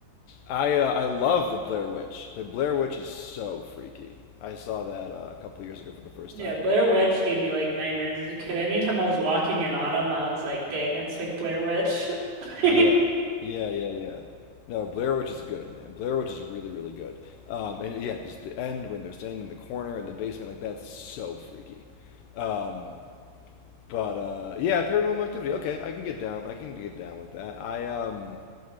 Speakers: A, on the left (about 80°); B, on the right (about 75°).
A: I uh, I love the Blair Witch. The Blair Witch is so freaky. I saw that uh, a couple years ago for the first
B: Yeah,
A: time.
B: Blair Witch gave me like nightmares as a kid. Anytime I was walking in autumn, I was like, dang, it's like Blair Witch. <laughs>
A: Yeah, yeah, yeah, yeah. No, Blair Witch is good, man. Blair Witch is really, really good. Um, and yeah, just the end when they're standing in the corner in the basement, like that's so freaky. Um, but uh, yeah, Paranormal Activity. Okay, I can get down. I can get down with that. I um,